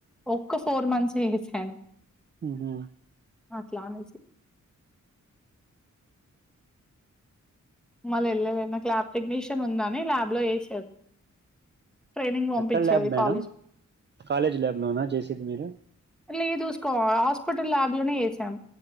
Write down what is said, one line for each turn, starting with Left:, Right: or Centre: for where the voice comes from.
Centre: ఒక్క ఫోర్ మంత్స్ వెసాను
Right: ఉహు
Centre: ప్లాన్ ఏసీ మళ్ళ వెళ్ళల్లె నాకు ల్యాబ్ టెక్నీషియన్ ఉందని ల్యాబ్ లో వేసేది ట్రైనింగ్ పంపించేది
Right: ఎక్కడ ల్యాబ్ మేడం
Centre: కాలేజ్
Right: కాలేజ్ ల్యాబ్ లోనా చేసేది మీరు
Centre: లేదు హాస్పిటల్ ల్యాబ్ లోనే వేసాం